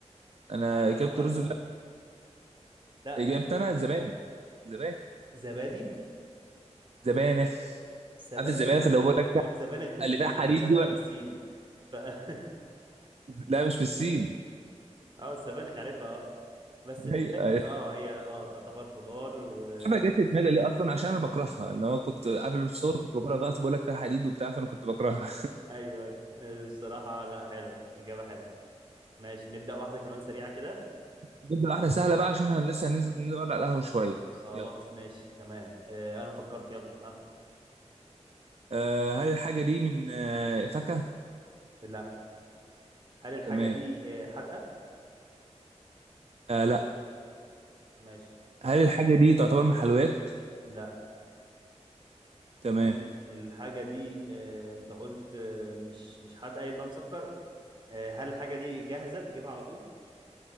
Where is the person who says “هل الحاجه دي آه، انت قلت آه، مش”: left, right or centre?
Right